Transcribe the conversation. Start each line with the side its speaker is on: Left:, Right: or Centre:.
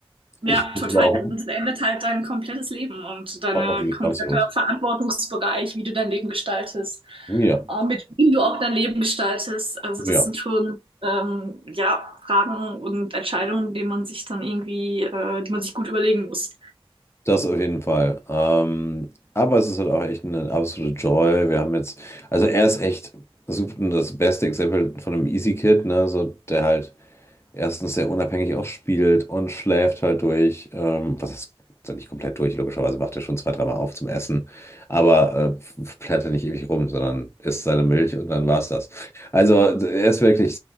Right: Ja,
Left: Ich finde
Right: total.
Left: es aber auch,
Right: Ja, das verändert halt dein komplettes Leben und deine
Left: auch
Right: komplette
Left: absolut.
Right: Verantwortungsbereich, wie du dein Leben gestaltest,
Left: Ja,
Right: äh, mit wem du auch dein Leben gestaltest. Also
Left: ja,
Right: das sind schon ähm, ja Fragen und Entscheidungen, die man sich dann irgendwie, äh, die man sich gut überlegen muss.
Left: das auf jeden Fall. Ähm, aber es ist halt auch echt eine absolute Joy. Wir haben jetzt, also er ist echt super, das beste Exempel von einem Easy Kid, ne? So, der halt. erstens sehr unabhängig auch spielt und schläft halt durch. Ähm, was ist also nicht komplett durch, logischerweise wacht er schon zwei, dreimal auf zum Essen, aber äh, plärt er nicht ewig rum, sondern isst seine Milch und dann war's das. Also er ist wirklich